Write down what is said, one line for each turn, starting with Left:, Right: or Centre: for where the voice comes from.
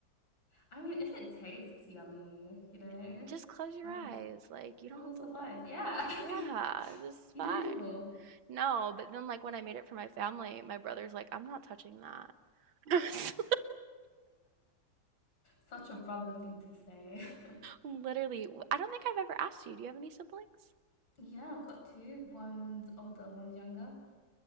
Left: I mean, if it tastes yummy, you know,
Right: <laughs> Just close your
Left: like
Right: eyes. Like, you
Left: it
Right: don't
Left: will
Right: have
Left: suffice.
Right: to look.
Left: Yeah. <laughs>
Right: Yeah, it's just
Left: You
Right: fine.
Left: delusional.
Right: No, but then like when I made it for my family, my brother's like, I'm not touching that. <laughs> I was
Left: Such a brother thing to say. <laughs>
Right: Literally, w- I don't think I've ever asked you, do you have any siblings?
Left: Yeah, I've got two. One's older, one's younger.